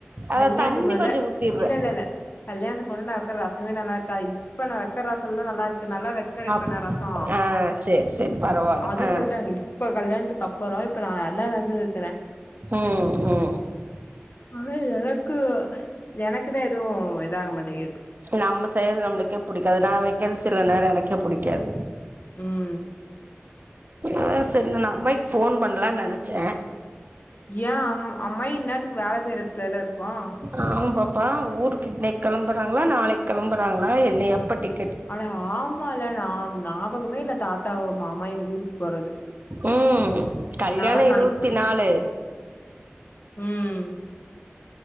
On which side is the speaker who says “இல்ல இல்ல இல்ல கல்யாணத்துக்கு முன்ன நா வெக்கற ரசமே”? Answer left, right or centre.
Left